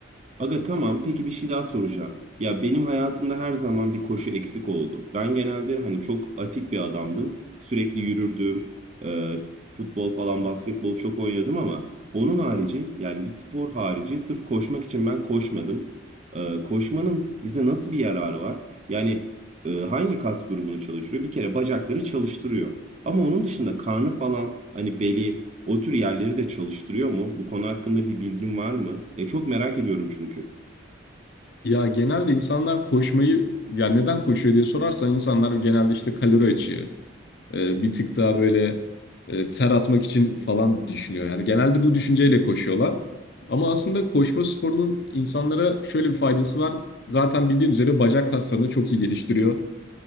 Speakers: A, on the right; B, on the left.
A: Aga tamam. Peki bir şey daha soracağım. Ya benim hayatımda her zaman bir koşu eksik oldu. Ben genelde hani çok atik bir adamdım. Sürekli yürürdüm. Ee, s- futbol falan basketbol çok oynadım ama onun harici yani bir spor harici sırf koşmak için ben koşmadım. Ee, koşmanın bize nasıl bir yararı var? Yani e, hangi kas grubunu çalıştırıyor? Bir kere bacakları çalıştırıyor. Ama onun dışında karnı falan hani beli o tür yerleri de çalıştırıyor mu? Bu konu hakkında bir bilgin var mı? Ya çok merak ediyorum çünkü.
B: Ya genelde insanlar koşmayı ya neden koşuyor diye sorarsan insanlar genelde işte kalori açığı, e, bir tık daha böyle e, ter atmak için falan düşünüyor. Yani genelde bu düşünceyle koşuyorlar. Ama aslında koşma sporunun insanlara şöyle bir faydası var. Zaten bildiğin üzere bacak kaslarını çok iyi geliştiriyor.